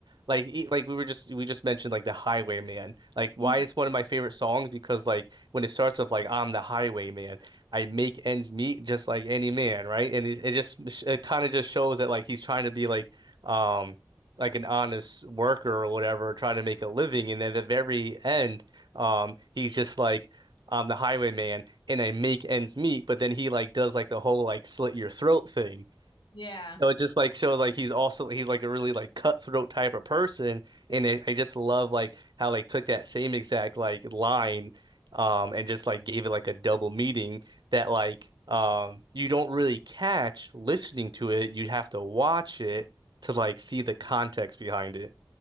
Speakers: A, on the right (about 75°); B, on the left (about 85°).
A: like e- like we were just we just mentioned like the Highwayman. Like why
B: <laughs> Mhm.
A: it's one of my favorite songs because like when it starts off like I'm the Highwayman, I make ends meet just like any man, right? And it, it just it kind of just shows that like he's trying to be like um like an honest worker or whatever, trying to make a living. And then at the very end, um he's just like I'm the highwayman and I make ends meet, but then he like does like the whole like slit your throat thing.
B: Yeah.
A: So it just like shows like he's also he's like a really like cutthroat type of person, and I, I just love like how they took that same exact like line, um, and just like gave it like a double meaning that like um you don't really catch listening to it. You'd have to watch it to like see the context behind it.